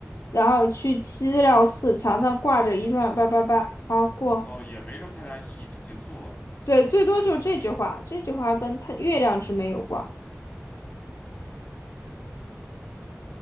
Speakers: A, on the left; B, on the left.
A: 然后去七料寺，墙上挂着一段八八八，好过。
B: 哦，也没什么太大意义，就结束了。
A: 对，最多就是这句话，
B: 对的，
A: 这句话跟他月亮之门有关，
B: 对。